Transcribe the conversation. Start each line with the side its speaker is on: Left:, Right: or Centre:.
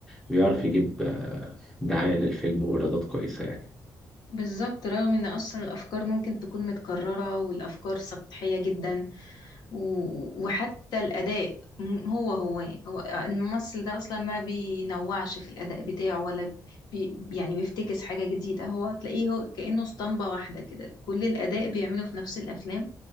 Centre: بيعرف يجيب آه، دعاية للفيلم وايرادات كويسة يعني
Left: بالظبط رغم ان اصلا الافكار ممكن تكون متكررة والافكار سطحية جدا و- وحتى الاداء م- هو هو هو الممثل ده اصلا ما بينوعش في الاداء بتاعه ولا بي يعني بيفتكس حاجة جديدة هو تلاقيه هو كأنه اسطمبة واحدة كده كل الاداء بيعمله في نفس الافلام